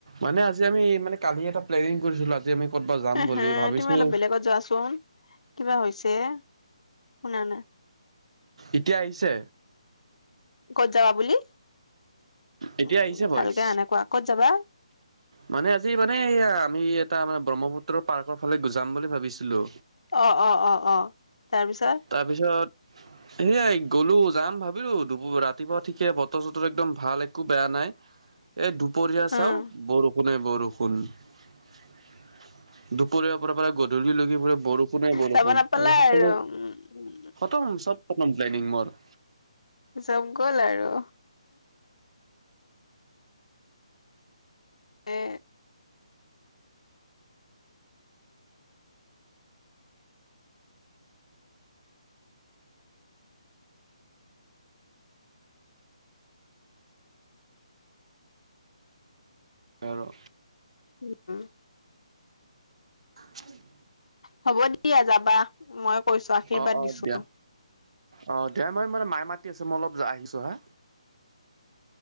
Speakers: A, on the right (about 60°); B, on the left (about 70°).
A: মানে আজি আমি মানে কালি এটা প্লেনিং কৰিছিলো যে আমি কৰবাত যাম।
B: এ
A: বুলি
B: হে,
A: ভাবিছো
B: তুমি অলপ বেলেগত যোৱাচোন, কিবা হৈছে, শুনা নাই।
A: এতিয়া আহিছে?
B: ক'ত যাবা বুলি,
A: এতিয়া
B: উ
A: আহিছে ভইচ।
B: ভালকে আহা নাই কোৱা ক'ত যাবা?
A: মানে আজি মানে এ আমি এটা মানে ব্ৰহ্মপুত্ৰৰ পাৰ্কৰ ফালে গ জাম বুলি ভাবিছিলো।
B: অ', অ', অ', অ', তাৰপিছত
A: তাৰপিছত এনেই গ'লো, যাম ভাবিলো দু ৰাতিপুৱা ঠিকে বতৰ চতৰ একদম ভাল একো বেয়া নাই। এই দু দুপৰীয়া চাওঁ,
B: উম
A: বৰষুণে বৰষুণ দুপৰীয়াৰ পৰা পৰা গধু লগি লগি পৰে বৰষুণে বৰষুণ
B: যাব নাপালা
A: তাৰ সকলো
B: আৰু উম উম।
A: খতম, চব খতম প্লেনিং মোৰ।
B: জব গ'ল আৰু। এ
A: উম।
B: উম।
A: <inaudible>
B: হ'ব দিয়া যাবা, মই কৈছো আশীৰ্বাদ
A: অ অ
B: দিছো।
A: দিয়া। অ', দিয়া মই মানে মাই মাতি আছ মই অলপ আহিছো হা।